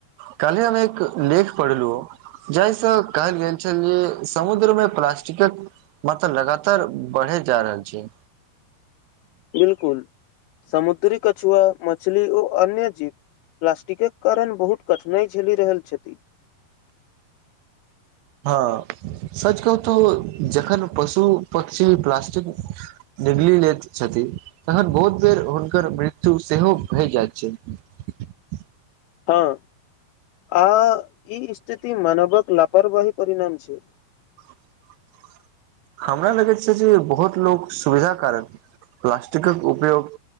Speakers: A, on the right; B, on the left.
A: कल्हि हम एक लेख पढ़लहुँ जाहि सँ कहल गेल छलिए जे समुद्र मे प्लास्टिक मलब लगातार बढ़े जा रहल छै
B: बिलकुल समुद्री कछुआ मछली ओ अन्य जीव प्लास्टिक कऽ कारण बहुत कठिनाइ झेलि रहल छथि
A: हँ सच कहू तऽ जखन पशु पक्षी प्लास्टिक निगली लैत छथिन तखन बहुत बेर हुनकर मृत्यु सेहो भए जाइ छै <inaudible>
B: हाँ आ ई स्थिति मनावक लापापरवाही परिणाम छै
A: <inaudible> हमरा लगैत छै जे बहुत लोक सुविधा कारण प्लास्टिक कऽ उपयोग